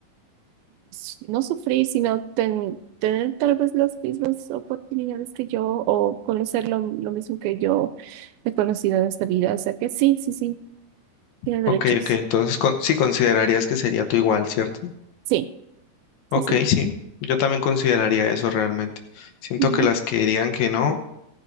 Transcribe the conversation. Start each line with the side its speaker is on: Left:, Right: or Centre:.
Right: s- no sufrir, sino ten- tener tal vez las mismas oportunidades que yo o conocer lo, lo mismo que yo he conocido en esta vida. O sea que sí, sí, sí, tiene derechos.
Left: Ok, ok, entonces con- sí considerarías que sería tú igual, ¿cierto?
Right: Sí,
Left: Ok,
Right: sí, sí.
Left: sí, yo también consideraría eso realmente. Siento
Right: Ujú,
Left: que las que dirían que no,